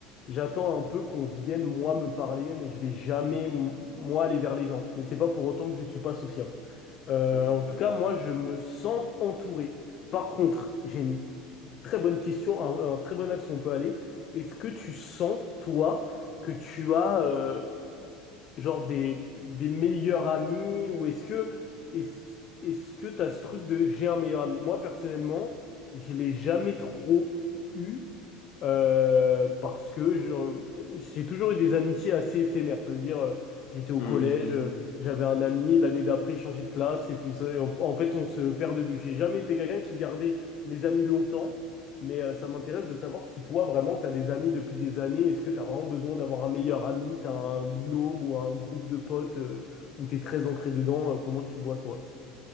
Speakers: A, on the left; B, on the left.
A: j'attends un peu qu'on vienne moi me parler, mais je vais jamais m- moi aller vers les gens. Mais c'est pas pour autant que je suis pas sociable. Euh,
B: ok,
A: en tout
B: très
A: cas, moi, je me sens entouré. Par contre, j'ai une très bonne question, un, un très bon axe où on peut aller. Est-ce que tu sens, toi, que tu as euh, genre des, des meilleurs amis ou est-ce que est-ce est-ce que t'as ce truc de j'ai un meilleur ami? Moi personnellement, je l'ai jamais trop eu euh, parce que je- j'ai toujours eu des amitiés assez éphémères. Ça veut dire, euh, j'étais au
B: bien.
A: collège, euh, j'avais un ami, l'année d'après, il changeait de classe, et puis ça- en, en fait, on se perd de vue. J'ai jamais été quelqu'un qui gardait mes amis longtemps, mais euh, ça m'intéresse de savoir si toi, vraiment, t'as des amis depuis des années. Est-ce que t'as vraiment besoin d'avoir un meilleur ami, t'as un binôme ou un groupe de potes euh, où t'es très ancré dedans? euh, comment tu vois, toi?